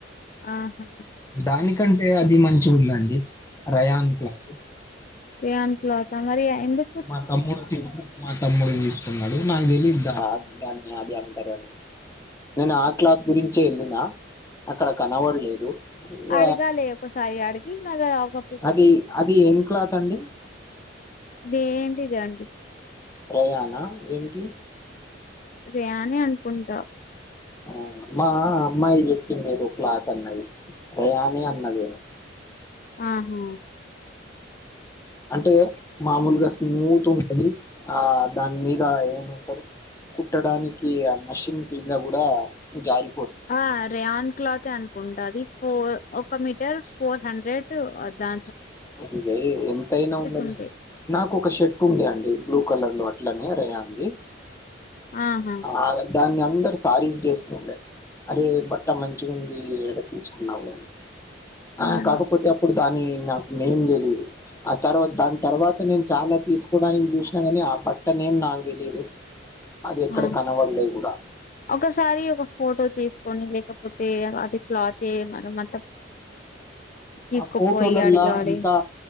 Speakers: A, on the left (about 40°); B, on the left (about 15°).
A: ఆహా
B: దానికంటే అది మంచిగుందండి రేయాన్ క్లాత్
A: రేయన్ క్లాత మరి ఆ ఎందు
B: మా తమ్ముడు తి మా తమ్ముడు తీసుకున్నాడు నాకు తెలిద్ ద దాని ట్ల అంటారని నేను ఆ క్లాత్ గురించే వెళ్ళినా అక్కడ కనపడలేదు ఇగ
A: అడగాలి ఒకసారి అడిగి మరి ఒక
B: అది అది ఏం క్లాత్ అండి
A: దేంటి దాండి
B: రేయానా ఏంటి
A: రేయనే అనుకుంటా
B: అ మా అమ్మాయి చెప్పింది ఎదో క్లాత్ అన్నది రేయానే అన్నదెమొ
A: ఆహా
B: అంటే మామూలుగా స్మూత్ గ ఉంటది ఆ దాని మీద ఏమంటారు కుట్టడానికి ఆ మీషిన్ మీద కూడా జార్
A: ఆ రేయన్ క్లాతే అనుకుం ట అది ఫోర్ ఒక మీటర్ ఫోర్ హండ్రెడ్ దా
B: ఇగ ఎంతైనా ఉండని
A: ఉంటాయి
B: నాకోక షర్ట్ ఉండే అండి బ్లూ కలర్ లో అట్లనే రేయాన్ది
A: ఆహా
B: ఆ దాన్ని అందరు తారీక్ చేస్తుండే అరే బట్ట మంచిగుంది ఎడ తీసుకున్నావు అని
A: హ్మ్.
B: ఆ కాకపోతే అప్పుడు దాని నాకు నేమ్ తెలీదు ఆ తర్వాత దాని తర్వాత నేను చాలా తీసుకోవడానికి చూసినా కాని ఆ బట్ట నేమ్ నాకు తెలీదు అది ఎక్కడ
A: ఆ
B: కనబడలే కూడా
A: ఒకసారి ఒక ఫోటో తీసుకొని లేకపో తే అది క్లాత్ మన మత తీసుకుపోయి
B: ఆ ఫోటోలల్లా
A: అడుగు ఆడే
B: అంతా